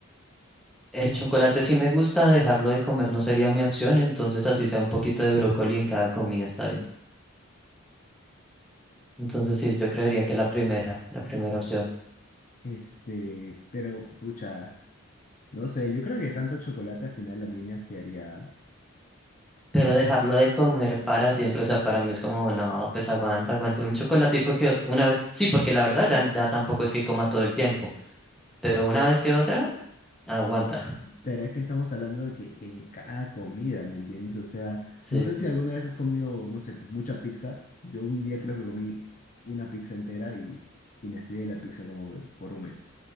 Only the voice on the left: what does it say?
Este, pero, pucha, no sé, yo creo que tanto chocolate al final a mí me hastiaría.
Pero es que estamos hablando de que en cada comida, ¿me entiendes? O sea,
no sé si alguna vez has comido, no sé, pues mucha pizza. Yo un día creo que comí una pizza entera y, y me estiré de la pizza como que por un mes.